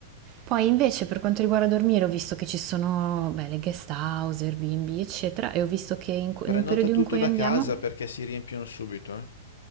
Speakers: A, on the right; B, on the left.
A: Poi invece per quanto riguarda dormire ho visto che ci sono, beh, le guest house, Airbnb, eccetera, e ho visto che in cu
B: Prenota
A: nel periodo
B: tutto
A: in cui
B: da
A: andiamo
B: casa perché si riempiono subito, eh?